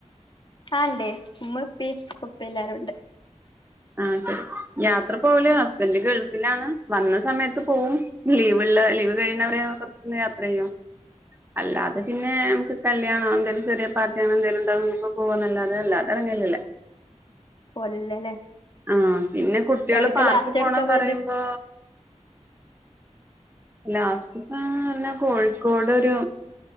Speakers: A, on the left; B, on the right.
A: ആണ്ടേ ഉമ്മ, ഉപ്പി ഉപ്പോം എല്ലരു ഉണ്ട്
B: ആ ശരി യാത്ര പോവല് ഹസ്ബൻഡ് ഗൾഫിലാണ് വന്ന സമയത്ത് പോവും ലീവ് ഇള്ള ള്ള ലീവ് കയ്യിണവരെ പൊറത്തൊന്ന് യാത്ര ചെയ്യും അല്ല അത് പിന്നെ നമുക്ക് കല്യാണം എന്തങ്കിലും ചെറിയ പാർട്ടിയങ്ങനെ എന്തങ്കിലും ഉണ്ടാകുമ്പോ പോവാന്നല്ലാതെ അല്ലാതെ ഇറങ്ങലില്ല
A: പോവലില്ലല്ലേ
B: ആഹ് പിന്നെ കുട്ടികള്
A: എവിടക്കാ
B: പാർക്കിൽ
A: ലാസ്റ്റ്
B: പോണം
A: എവിടക്കാ പോയത്
B: പറയുമ്പോ ലാസ്റ്റ്പ്പം ന്നാ കോഴിക്കോട് ഒരു